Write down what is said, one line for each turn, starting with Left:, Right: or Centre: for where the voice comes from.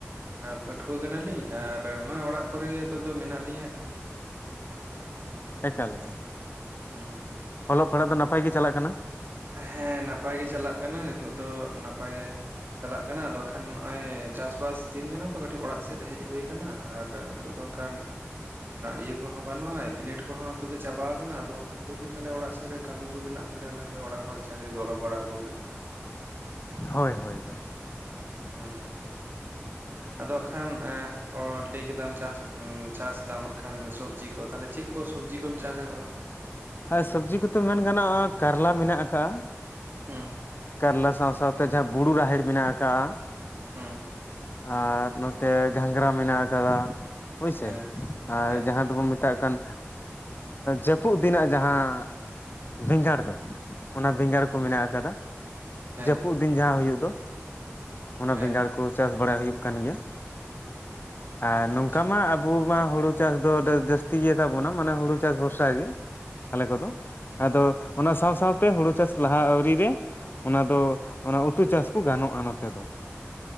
Right: ᱯᱟᱹᱴᱷᱩᱣᱟᱹ ᱠᱟᱱᱟᱞᱤᱧ ᱟᱨ ᱱᱚᱣᱟ ᱚᱲᱟᱜ ᱠᱚᱨᱮ ᱜᱮ ᱱᱤᱛᱚᱜ ᱫᱚ ᱢᱮᱱᱟᱜ ᱞᱤᱧᱟᱹ ᱮᱱᱠᱷᱟᱱ᱾
Left: ᱮᱠᱟᱞ ᱮᱠᱟᱞ
Right: ᱦᱮᱸ
Left: ᱚᱞᱚᱜ ᱯᱟᱲᱦᱟᱜ ᱫᱚ ᱱᱟᱯᱟᱭ ᱜᱮ ᱪᱟᱞᱟᱜ ᱠᱟᱱᱟ?
Right: ᱦᱮᱸ ᱱᱟᱯᱟᱭᱜᱮ ᱪᱟᱞᱟᱜ ᱠᱟᱱᱟ ᱱᱤᱛᱚᱜ ᱫᱚ ᱱᱟᱯᱟᱭᱜᱮ ᱪᱟᱞᱟᱜ ᱠᱟᱱᱟ ᱟᱫᱚᱜᱠᱷᱟᱱ ᱱᱚᱜ ᱚᱭ ᱪᱟᱥᱵᱟᱥ ᱫᱤᱱ ᱠᱟᱱᱟ ᱛᱚ ᱠᱟᱹᱴᱤᱡ ᱚᱲᱟᱜ ᱥᱮᱫ ᱦᱮᱡ ᱦᱩᱭ ᱟᱠᱟᱱᱟ ᱟᱨ ᱱᱤᱛᱚᱜ ᱱᱚᱝᱠᱟᱱ ᱤᱭᱟᱹ ᱠᱚᱦᱚᱸ ᱵᱟᱹᱱᱩᱜᱼᱟ ᱵᱤᱱᱤᱰ ᱠᱚᱦᱚᱸ ᱦᱚᱛᱚ ᱫᱚ ᱪᱟᱵᱟ ᱟᱠᱟᱱᱟ ᱟᱫᱚ ᱞᱟᱹᱭᱮᱫᱟᱹᱧ ᱛᱟᱞᱚᱞᱮ ᱚᱲᱟᱜ ᱥᱮᱫ ᱨᱮ ᱠᱟᱹᱢᱤ ᱠᱚ ᱢᱮᱱᱟᱜ ᱛᱟᱞᱮᱭᱟ ᱚᱱᱟ ᱚᱲᱟᱜ ᱦᱚᱲ ᱪᱟᱜᱮ ᱜᱚᱨᱚᱵ ᱵᱟᱲᱟ ᱟᱠᱚ ᱦᱩᱭᱩᱜᱼᱟ
Left: ᱦᱳᱭ ᱦᱳᱭ ᱦᱳᱭ
Right: ᱦᱮᱸ ᱟᱫᱚ ᱦᱟᱸ ᱠᱷᱟᱱ ᱮᱸ ᱚ ᱞᱟᱹᱭ ᱠᱮᱫᱟᱢ ᱪᱟᱥ ᱪᱟᱥ ᱮ ᱫᱟᱢ ᱟᱜᱠᱷᱟᱱ ᱥᱚᱵᱽᱡᱤ ᱠᱚ ᱛᱟᱦᱚᱞᱮ ᱪᱮᱫ ᱠᱚ ᱥᱚᱵᱽᱡᱤ ᱠᱚᱢ ᱪᱟᱥ ᱟᱠᱟᱫᱟ?
Left: ᱦᱮᱸ ᱥᱚᱵᱽᱡᱤ ᱠᱚᱛᱮ ᱢᱮᱱ ᱜᱟᱱᱚᱜᱼᱟ ᱠᱟᱨᱞᱟ ᱢᱮᱱᱟᱜ ᱟᱠᱟᱜᱼᱟ᱾
Right: ᱦᱮᱸ
Left: ᱠᱟᱨᱞᱟ ᱥᱟᱶ ᱥᱟᱶᱛᱮ ᱡᱟᱦᱟᱸ ᱵᱩᱨᱩ ᱨᱟᱦᱮᱲ ᱢᱮᱱᱟᱜ ᱟᱠᱟᱜᱼᱟ
Right: ᱦᱮᱸ
Left: ᱟᱨ ᱱᱚᱛᱮ ᱜᱷᱟᱸᱜᱨᱟ ᱢᱮᱱᱟᱜ ᱟᱠᱟᱫᱟ ᱦᱳᱭᱥᱮ
Right: ᱦᱮᱸ
Left: ᱟᱨ
Right: ᱦᱮᱸ
Left: ᱡᱟᱦᱟᱸ ᱫᱚᱵᱚᱱ ᱢᱮᱛᱟᱜ ᱠᱟᱱ ᱡᱟᱹᱯᱩᱫ ᱫᱤᱱᱟᱜ ᱡᱟᱦᱟᱸ ᱵᱮᱸᱜᱟᱲ ᱫᱚ᱾ ᱚᱱᱟ ᱵᱮᱸᱜᱟᱲ ᱠᱚ
Right: ᱟᱪᱪᱷᱟ
Left: ᱢᱮᱱᱟᱜ ᱟᱠᱟᱫᱟ
Right: ᱦᱮᱸ
Left: ᱡᱟᱹᱯᱩᱫ ᱫᱤᱱ ᱡᱟᱦᱟᱸ ᱦᱩᱭᱩᱜ ᱫᱚ ᱚᱱᱟ
Right: ᱦᱮᱸ
Left: ᱵᱮᱸᱜᱟᱲ ᱠᱚ ᱪᱟᱥ ᱵᱟᱲᱟ ᱦᱩᱭᱩᱜ ᱠᱟᱱ ᱜᱮᱭᱟ᱾ <inaudible> ᱟᱨ ᱱᱚᱝᱠᱟ
Right: ᱟᱪᱪᱷᱟ
Left: ᱢᱟ ᱟᱵᱚ ᱢᱟ ᱦᱩᱲᱩ ᱪᱟᱥ ᱫᱚ ᱡᱟᱹᱥᱛᱤ ᱜᱮᱛᱟᱵᱚᱱᱟ ᱢᱟᱱᱮ ᱦᱩᱲᱩ ᱪᱟᱥ ᱵᱷᱚᱨᱥᱟ ᱜᱮ᱾ ᱟᱞᱮ ᱠᱚᱫᱚ ᱟᱫᱚ ᱚᱱᱟ ᱥᱟᱶ ᱥᱟᱶᱛᱮ ᱦᱩᱲᱩ ᱪᱟᱥ ᱞᱟᱦᱟ ᱟᱣᱨᱤ ᱨᱮ᱾ ᱚᱱᱟ ᱫᱚ ᱚᱱᱟ ᱩᱛᱩ ᱪᱟᱥ ᱠᱚ ᱜᱟᱱᱚᱜᱼᱟ ᱱᱚᱛᱮ ᱫᱚ